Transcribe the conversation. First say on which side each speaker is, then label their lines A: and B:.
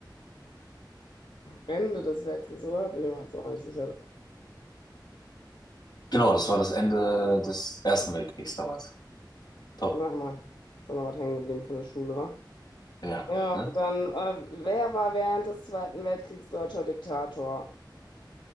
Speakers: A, on the left (about 80°); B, on the left (about 60°).
A: Ende des Weltkriegs, oder? Bin ich mir jetzt auch nicht sicher.
B: Genau, das war das Ende des Ersten Weltkriegs damals. Top,
A: Na, immerhin. Ist da noch was hängen geblieben von der Schule, wa?
B: ja.
A: Ja,
B: Ne?
A: dann, äh, wer war während des Zweiten Weltkriegs deutscher Diktator?